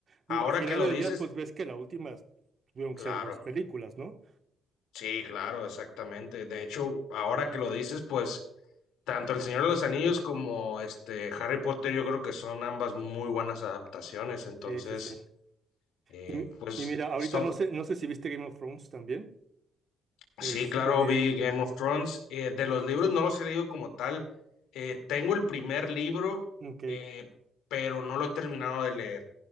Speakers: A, on the right; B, on the left.
A: Digo,
B: ahora
A: al final
B: que lo
A: del
B: dices,
A: día, pues ves que la última tuvieron
B: claro.
A: que ser dos películas, ¿no?
B: Sí, claro, exactamente. De hecho, ahora que lo dices, pues tanto El Señor de los Anillos como este Harry Potter, yo creo que son ambas muy buenas adaptaciones. Entonces,
A: Sí, sí, sí.
B: eh,
A: Y,
B: pues
A: y mira, ahorita
B: son.
A: no sé, no sé si viste Game of Thrones también. Este,
B: Sí, claro, vi Game of Thrones. Eh, de los libros no los he leído como tal. Eh, tengo el primer libro,
A: Ok.
B: eh, pero no lo he terminado de leer.